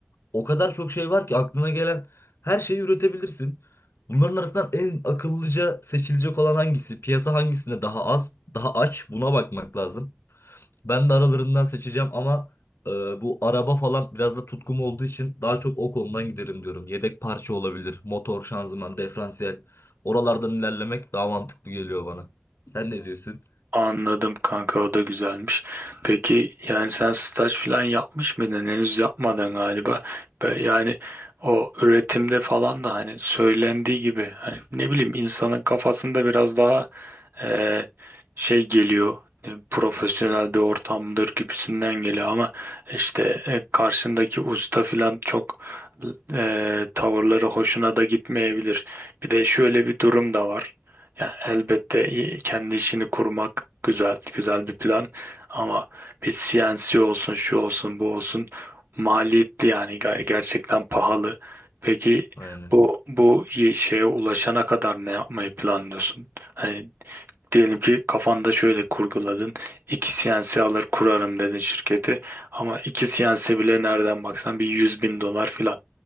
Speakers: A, on the left (about 70°); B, on the right (about 55°).
A: o kadar çok şey var ki aklına gelen her şeyi üretebilirsin. Bunların arasından en akıllıca seçilecek olan hangisi? Piyasa hangisinde daha az, daha aç? Buna bakmak lazım. Ben de aralarından seçeceğim ama e, bu araba falan biraz da tutkum olduğu için daha çok o konudan giderim diyorum. Yedek parça olabilir, motor, şanzıman, diferansiyel. Oralardan ilerlemek daha mantıklı geliyor bana. Sen ne diyorsun?
B: Anladım kanka o da güzelmiş. Peki yani sen staj falan yapmış mıydın? Henüz yapmadan galiba. Be- Yani o üretimde falan da hani söylendiği gibi hani ne bileyim insanın kafasında biraz daha e, şey geliyor e, profesyonel bir ortamdır gibisinden geliyor ama işte e, karşındaki usta filan çok e, tavırları hoşuna da gitmeyebilir. Bir de şöyle bir durum da var. Ya elbette i- kendi işini kurmak güzel, güzel bir plan ama bir CNC olsun, şu olsun, bu olsun maliyetli yani Ga- gerçekten pahalı. Peki
A: Aynen.
B: bu bu ye- şeye ulaşana kadar ne yapmayı planlıyorsun? Hani Diyelim ki kafanda şöyle kurguladın. İki CNC alır kurarım dedin şirketi. Ama iki CNC bile nereden baksan bir yüz bin dolar filan.